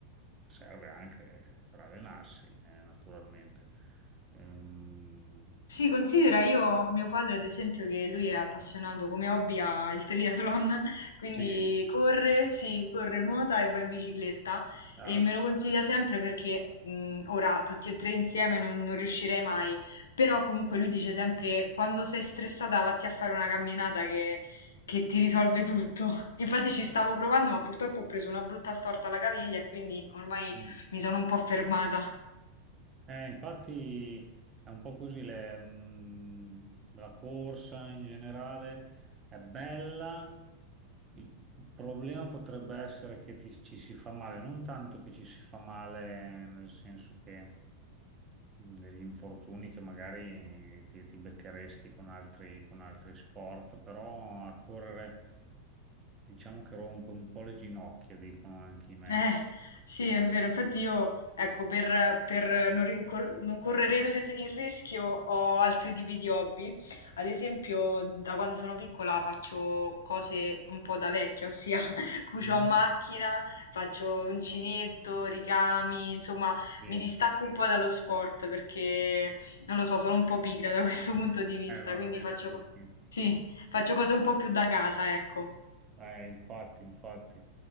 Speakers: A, on the right; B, on the left.
A: serve anche per allenarsi, eh, naturalmente. Ehm,
B: Sì, considera io, mio padre ad esempio, che lui è appassionato come hobby al triathlon, <laughs> quindi
A: sì,
B: corre, sì, corre, nuota e va in bicicletta
A: ah,
B: e me lo consiglia sempre perché mh, ora tutti e tre insieme non, non riuscirei mai, però comunque lui dice sempre quando sei stressata vatti a fare una camminata che, che ti risolve tutto. <laughs> Infatti ci stavo provando ma purtroppo ho preso una brutta storta alla caviglia e quindi ormai
A: mm.
B: mi sono un po' fermata.
A: Eh, infatti è un po' così, le, mm, la corsa in generale è bella, il problema potrebbe essere che ti- ci si fa male, non tanto che ci si fa male nel senso che mm, degli infortuni che magari ti, ti beccheresti con altri, con altri sport, però a correre diciamo che rompe un po' le ginocchia, dicono anche i medici.
B: Eh, sì,
A: Eh,
B: è vero. Infatti io, ecco, per, per non, ri- cor- non correre il, il rischio ho altri tipi di hobby. Ad esempio, da quando sono piccola faccio cose un po' da vecchia, ossia <laughs> cucio
A: mm,
B: a macchina, faccio uncinetto, ricami, insomma,
A: sì.
B: mi distacco un po' dallo sport perché, non lo so, sono un po' pigra da questo <laughs> punto di vista,
A: Eh, vabbè,
B: quindi faccio,
A: sì,
B: co-
A: sì.
B: sì, faccio cose un po' più da casa, ecco.
A: Eh, infatti, infatti.